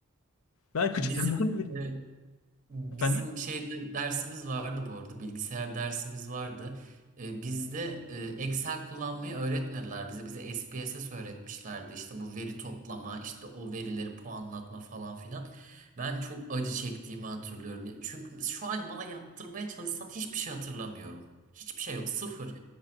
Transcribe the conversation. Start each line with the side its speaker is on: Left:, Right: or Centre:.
Left: Ben küçüklüğümden
Right: Bizim
Left: beri...
Right: e, bizim
Left: <laughs> Efendim?
Right: şeyde dersimiz vardı bu arada bilgisayar dersimiz vardı. E, bizde e, Excel kullanmayı öğretmediler bize. Bize SPSS öğretmişlerdi. İşte bu veri toplama, işte o verileri puanlatma falan filan. Ben çok acı çektiğimi hatırlıyorum. Ya Çünkü şu an bana yaptırmaya çalışsan hiçbir şey hatırlamıyorum. Hiçbir şey yok, sıfır.